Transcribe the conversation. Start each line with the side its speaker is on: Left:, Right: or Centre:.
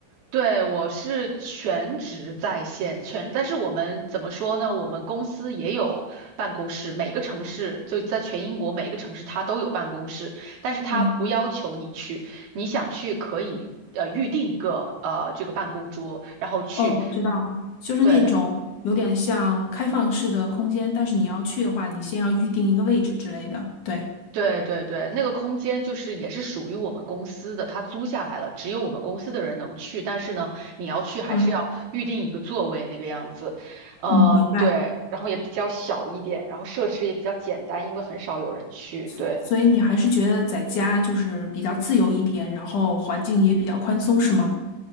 Right: 对，我是全职在线，全，但是我们怎么说呢？我们公司也有办公室，每个城市就在全英国每个城市它都有办公室，但是它不要求你去，
Left: 嗯，
Right: 你想去可以呃预定一个呃这个办公桌，然后去。
Left: 哦，我知道，就是那种有点像开放式的空间，
Right: 对，
Left: 但是你要去的话，你先要预定一个位置之类的。对。
Right: 对对对，那个空间就是也是属于我们公司的，它租下来了，只有我们公司的人能去。但是呢，你要去还是要预定一个座位那个样子，
Left: 嗯。
Right: 呃，
Left: 嗯，明白。
Right: 对，然后也比较小一点，然后设施也比较简单，因为很少有人去。
Left: 所所以你对还是觉得在家就是比较自由一点，
Right: 对。
Left: 然后环境也比较宽松，是吗？